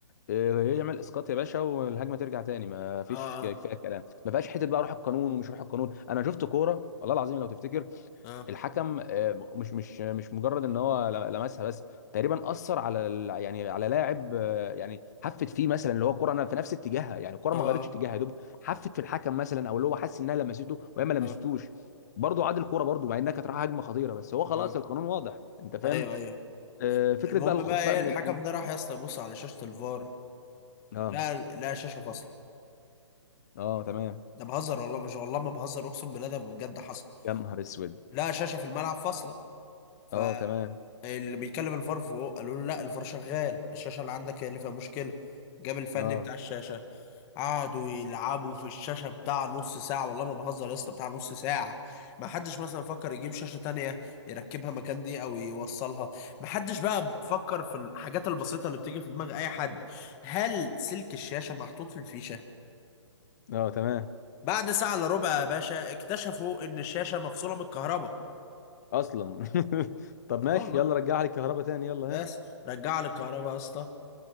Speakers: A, on the left; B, on the left.
A: إيه، يعمل اسقاط يا باشا والهجمه ترجع تاني ما فيش
B: اه
A: ك-
B: اه
A: كفايه كلام ما فيهاش حته بقى روح القانون ومش روح القانون انا شفت كوره والله العظيم لو تفتكر
B: اه
A: الحكم آه، مش مش مش مجرد ان هو ل- لمسها بس تقريبا اثر على ال- يعني على لاعب آه، يعني حفت فيه مثلا اللي هو الكوره انا في نفس اتجاهها يعني الكوره
B: اه
A: ما
B: اه
A: غيرتش اتجاهها يا دوب حفت في الحكم مثلا او اللي هو حس انها لمسته وهي ما لمستوش
B: اه
A: برضه عاد الكوره برضه مع انها كانت رايحه هجمه خطيره بس هو خلاص
B: آه.
A: القانون واضح انت فاهم
B: ايوه ايوه
A: آه، فكره
B: المهم
A: بقى الخوف
B: بقى ايه
A: بقى من
B: الحكم
A: الان
B: ده راح يا اسطى يبص على شاشة الفار
A: اه
B: لا لا شاشة فاصلة
A: اه تمام
B: ده بهزر والله مش والله ما بهزر اقسم بالله ده بجد حصل
A: يا نهار اسود
B: لا شاشة في الملعب فاصلة ف
A: اه تمام
B: اللي بيكلم الفار فوق قالوا له لا الفار شغال الشاشه اللي عندك هي اللي فيها مشكله جاب الفني
A: اه
B: بتاع الشاشه قعدوا يلعبوا في الشاشه بتاع نص ساعه والله ما بهزر يا اسطى بتاع نص ساعه ما حدش مثلا فكر يجيب شاشه تانية يركبها مكان دي او يوصلها ما حدش بقى فكر في الحاجات البسيطه اللي بتيجي في دماغ اي حد هل سلك الشاشه محطوط في الفيشه
A: اه تمام
B: بعد ساعه الا ربع يا باشا اكتشفوا ان الشاشه مفصوله من الكهرباء
A: اصلا <laughs> طب
B: اه
A: ماشي
B: والله
A: يلا رجع لي الكهرباء تاني يلا
B: بس
A: ها
B: رجع لي الكهرباء يا اسطى